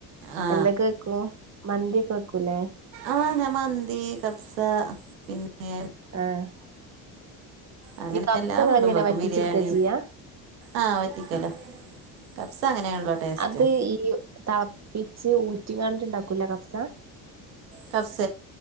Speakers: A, on the right; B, on the right.
A: ആ
B: എന്തൊക്കെ വെക്കൂ മന്തിക്കെ വെക്കൂല്ലേ.
A: ആഹ് ഞാൻ മന്തി കബ്സ പിന്നെ
B: ആഹ്
A: അങ്ങനെയ
B: ഈ കബ്സ
A: എല്ലാ
B: ഇങ്ങള്
A: ഫുഡും
B: എങ്ങനെ
A: വക്കും
B: വറ്റിച്ചെടുക്ക
A: ബിരിയാണി.
B: ചെയ്യാ
A: ആഹ്വറ്റിക്കല്ലോ കബ്സ അങ്ങനെയാണല്ലോ. ടേസ്റ്റ്
B: അത് ഈ തിളപ്പിച്ച് ഊറ്റി കാണ്ടിട്ടുണ്ടാക്കൂല കഫ്സ
A: കബ്സ